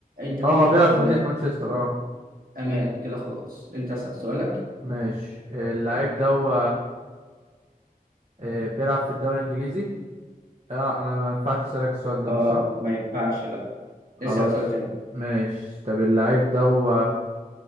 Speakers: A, on the right; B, on the right.
A: أنت تقول
B: اه هو
A: لي
B: بيلعب
A: أه
B: في
A: أو
B: مدينة
A: لا
B: مانشستر آه.
A: أمان كده خلاص أنت اسأل سؤالك
B: ماشي اللعيب ده هو آه، بيلعب في الدوري الانجليزي اه انا ما ينفعش اسالك السؤال ده
A: أه
B: مش صح
A: ما ينفعش لا
B: خلاص
A: اسأل سؤال تاني
B: ماشي طب اللعيب ده هو